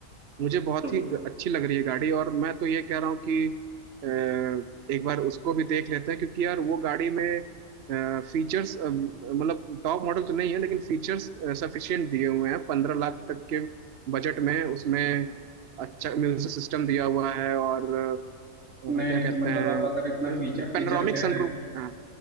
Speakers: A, on the right; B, on the right.
A: मुझे बहुत
B: तो
A: ही ग- अच्छी लग रही है गाड़ी और मैं तो ये कह रहा हूँ कि अ, एक बार उसको भी देख लेते हैं क्योंकि यार वो गाड़ी में फीचर्स मतलब टॉप मॉडल तो नहीं है लेकिन फीचर्स सफिशिएंट दिए हुए हैं पंद्रह लाख तक के बजट में उसमें अच्छा म्यूजिक सिस्टम दिया हुआ है और अ, क्या
B: नहीं नहीं
A: कहते
B: तो मतलब
A: हैं
B: आप अगर इतना फीचर
A: पेनोरामिक
B: फीचर कह
A: सनरूफ
B: रहे हैं
A: हाँ